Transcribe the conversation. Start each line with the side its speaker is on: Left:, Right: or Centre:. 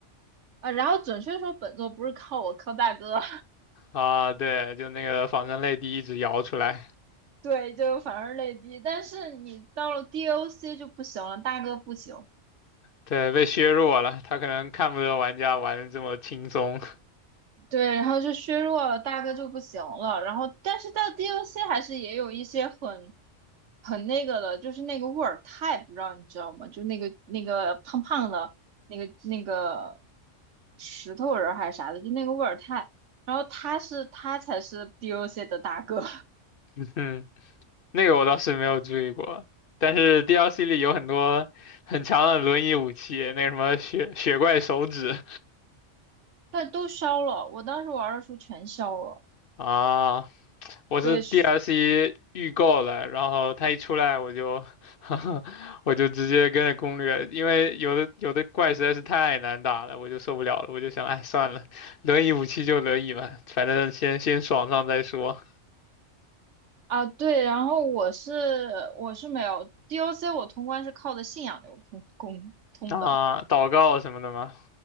Right: 啊，然后准确说本作不是靠我，靠大哥。
Left: 啊，对，就那个仿生泪滴一直摇出来，
Right: <laughs> 对，就反而泪滴，但是你到了 DOC 就不行了，大哥不行。
Left: 对，被削弱了。他可能看不得玩家玩的这么轻松，
Right: 对，然后就削弱了，大哥就不行了。然后，但是到 d o c 还是也有一些很很那个的，就是那个沃尔泰，不知道你知道吗？就那个那个胖胖的那个那个石头人儿还是啥的，就那个沃尔泰。然后他是他才是 d o c 的大哥，<laughs>
Left: <laughs> 嗯，那个我倒是没有注意过。但是 DLC 里有很多很强的轮椅武器，那个什么雪雪怪手指
Right: 但都消了。我当时玩的时候全消了。
Left: 啊，我是
Right: 对，
Left: DLC
Right: 是
Left: 预购了，然后它一出来我就 <laughs>，我就直接跟着攻略，因为有的有的怪实在是太难打了，我就受不了了，我就想，哎，算了，轮椅武器就轮椅吧，反正先先爽上再说。
Right: 啊，对。然后我是我是没有 d o c 我通关是靠的信仰流通通通的。
Left: 啊，祷告什么的吗？